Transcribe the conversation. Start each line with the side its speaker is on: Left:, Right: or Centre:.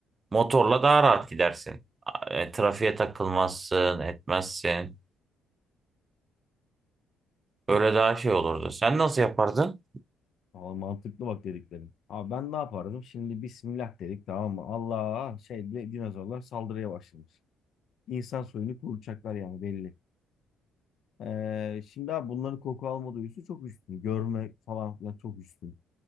Right: Motorla daha rahat gidersin. E, trafiğe takılmazsın, etmezsin. Öyle daha şey olurdu. Sen nasıl yapardın?
Left: Aa, mantıklı bak dediklerim. Abi ben ne yapardım? Şimdi Bismillah dedik tamam mı? Allah şey di- dinozorlar saldırıya başlamış. İnsan soyunu kuracaklar yani belli. Ee, şimdi abi bunların koku alma duyusu çok üstün. Görme falan filan çok üstün.